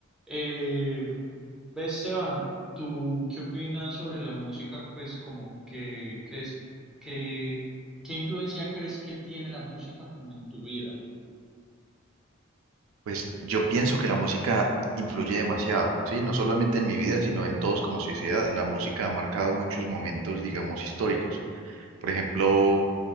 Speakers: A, in the centre; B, on the right (about 75°).
A: Eh, ves, Esteban, ¿tú qué opinas sobre la música? Pues como que crees que, ¿qué influencia crees que tiene la música como en tu vida?
B: Pues yo pienso que la música influye demasiado, ¿sí? No solamente en mi vida, sino en todos como sociedad. La música ha marcado muchos momentos, digamos, históricos. Por ejemplo,